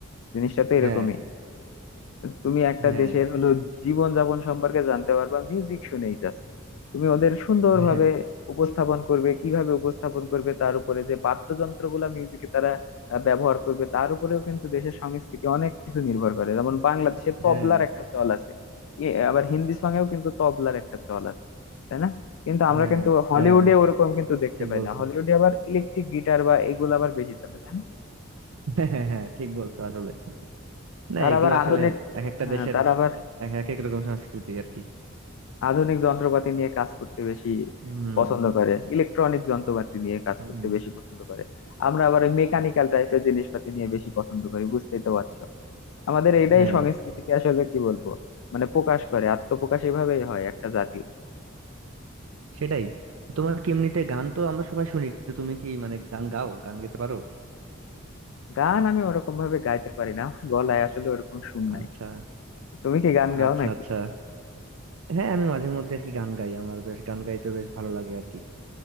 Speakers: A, on the left; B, on the right.
A: জিনিসটা তো এরকমই
B: হ্যাঁ
A: তুমি একটা
B: হ্যাঁ
A: দেশের হলো জীবনযাপন সম্পর্কে জানতে পারবা মিউজিক শুনেই জাস্ট তুমি ওদের সুন্দরভাবে
B: হ্যাঁ
A: উপস্থাপন করবে কিভাবে উপস্থাপন করবে তার উপরে যে বাদ্যযন্ত্রগুলা মিউজিকে তারা আহ, ব্যবহার করবে তার উপরেও কিন্তু দেশের সংস্কৃতি অনেক কিছু নির্ভর করে যেমন বাংলাদেশে তবলার
B: হ্যাঁ
A: একটা চল আছে এ, আবার হিন্দি সঙ্গেও কিন্তু তবলার একটা চল আছে তাই না কিন্তু আমরা
B: হ্যাঁ
A: কিন্তু হলিউডে
B: হ্যাঁ
A: ওরকম কিন্তু দেখতে
B: ঠিক
A: পাই
B: বলছো
A: না হলিউডে আবার ইলেকট্রিক গিটার বা এগুলো আবার বেশি চলে তাই না
B: <laughs> হ্যাঁ হ্যাঁ হ্যাঁ, ঠিক বলছো আসলে না
A: তারা
B: এগুলো
A: আবার
B: আসলে
A: আধুনিক
B: এক একটা
A: হ্যাঁ
B: দেশের
A: তারা আবার
B: এক এক এক রকম সংস্কৃতি আর কি
A: আধুনিক যন্ত্রপাতি নিয়ে কাজ করতে বেশি
B: হুম
A: পছন্দ করে ইলেকট্রনিক যন্ত্রপাতি নিয়ে কাজ
B: হুম
A: করতে বেশি পছন্দ করে আমরা আবার ওই মেকানিক্যাল টাইপের জিনিসপাতি নিয়ে বেশি পছন্দ করি বুঝতেই তো পারছো আমাদের এটাই
B: হ্যাঁ
A: সংস্কৃতিকে আসলে কি বলবো মানে প্রকাশ করে আত্মপ্রকাশ এভাবেই হয় একটা জাতির
B: সেটাই তোমার কি এমনিতে গান তো আমরা সবাই শুনি কিন্তু তুমি কি মানে গান গাও গান গাইতে পারো
A: গান আমি ওরকম ভাবে গাইতে পারি না আমার গলায় আসলে ওরকম সুর নাই
B: আচ্ছা
A: তুমি কি গান গাও
B: আচ্ছা
A: নাকি
B: আচ্ছা হ্যাঁ আমি মাঝে মধ্যে আর কি গান গাই আমার বেশ গান গাইতে বেশ ভালো লাগে আর কি